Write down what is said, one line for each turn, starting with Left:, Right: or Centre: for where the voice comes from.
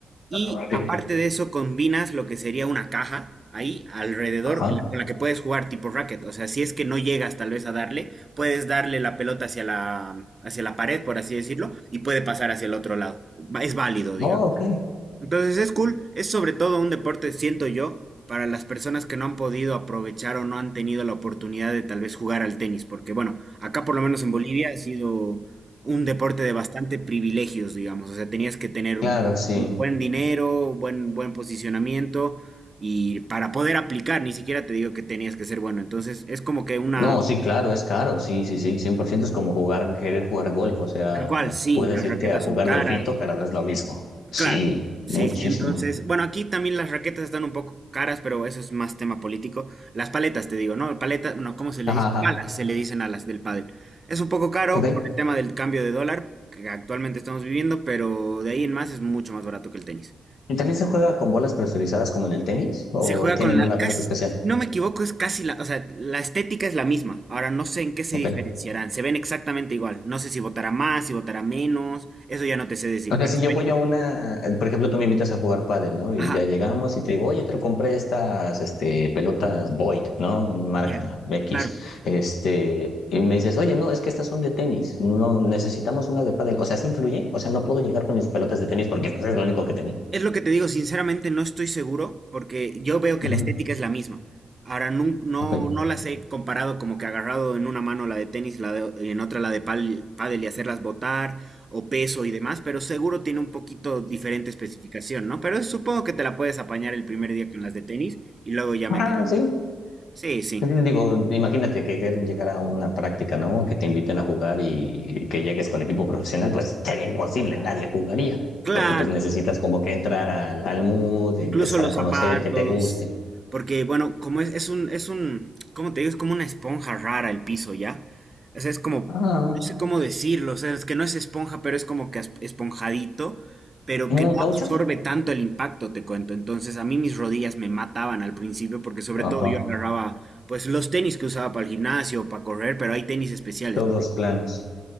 Right: y
Left: Ok.
Right: aparte de eso, combinas lo que sería una caja ahí alrededor
Left: Ajá.
Right: en la- con la que puedes jugar tipo racket. O sea, si es que no llegas tal vez a darle, puedes darle la pelota hacia la, hacia la pared, por así decirlo, y puede pasar hacia el otro lado. Va- Es válido, digamos.
Left: Oh, ok.
Right: Entonces es cool, es sobre todo un deporte, siento yo, para las personas que no han podido aprovechar o no han tenido la oportunidad de tal vez jugar al tenis, porque bueno, acá por lo menos en Bolivia ha sido un deporte de bastante privilegios, digamos, o sea, tenías que tener
Left: Claro,
Right: un
Left: sí.
Right: buen dinero, buen, buen posicionamiento y para poder aplicar, ni siquiera te digo que tenías que ser bueno, entonces es como que una,
Left: No, sí, claro, es caro. Sí, sí, sí. cien por ciento es como jugar, querer jugar golf. O sea,
Right: tal cual, sí,
Left: puedes
Right: las
Left: irte
Right: raquetas
Left: a jugar
Right: son caras,
Left: golfito, pero no es lo mismo. Sí,
Right: Claro, sí,
Left: muchísimo.
Right: sí, entonces, bueno, aquí también las raquetas están un poco caras, pero eso es más tema político. Las paletas, te digo, ¿no? Paletas, no, ¿cómo se le
Left: Ajá,
Right: dice?
Left: ajá.
Right: Palas, se le dicen a las del pádel. Es un poco caro
Left: Ok.
Right: por el tema del cambio de dólar que actualmente estamos viviendo, pero de ahí en más es mucho más barato que el tenis.
Left: ¿Y también se juega con bolas presurizadas como en el tenis? ¿O
Right: Se juega
Left: tienen
Right: con la,
Left: una
Right: casi,
Left: pelota especial?
Right: si no me equivoco, es casi la, o sea, la estética es la misma. Ahora no sé en qué se
Left: Ok.
Right: diferenciarán, se ven exactamente igual. No sé si votará más, si votará menos, eso ya no te sé decir,
Left: O sea,
Right: pero
Left: si
Right: se
Left: yo
Right: ven
Left: voy
Right: igual.
Left: a una, eh, por ejemplo, tú me invitas a jugar pádel, ¿no? Y
Right: Ajá,
Left: ya llegamos y te digo, oye, te compré estas, este, pelotas Void, ¿no? Marca
Right: ya,
Left: X.
Right: claro.
Left: Este, y me dices, oye, no, es que estas son de tenis, no, necesitamos una de pádel. O sea, ¿sí influye? O sea, no puedo llegar con mis pelotas de tenis porque pues, es lo único que tenía.
Right: Es lo que te digo, sinceramente no estoy seguro porque yo veo que
Left: Ujú,
Right: la estética es la misma. Ahora nun- no,
Left: ok.
Right: no, las he comparado como que agarrado en una mano la de tenis la de- y en otra la de pal- pádel y hacerlas botar o peso y demás, pero seguro tiene un poquito diferente especificación, ¿no? Pero supongo que te la puedes apañar el primer día con las de tenis y luego ya
Left: Ah,
Right: meterle las
Left: sí,
Right: de... Sí, sí,
Left: Sí, Digo, imagínate que llegar a una práctica, ¿no? Que te inviten a jugar y que llegues con equipo profesional, pues sería imposible, nadie jugaría,
Right: claro.
Left: porque pues necesitas como que entrar al, al mood,
Right: Incluso
Left: empezar
Right: los
Left: a conocer,
Right: zapatos,
Left: que te guste.
Right: porque bueno, como es, es un, es un, ¿cómo te digo? Es como una esponja rara el piso, ¿ya? O sea, es como,
Left: Ah,
Right: no sé cómo decirlo, o sea, es que no es esponja, pero es como que as- esponjadito, pero
Left: ¿un
Right: que no
Left: caucho?
Right: absorbe tanto el impacto, te cuento. Entonces, a mí mis rodillas me mataban al principio, porque sobre
Left: Ajá,
Right: todo yo agarraba, pues, los tenis que usaba para el gimnasio, para correr, pero hay tenis especiales
Left: todos planos.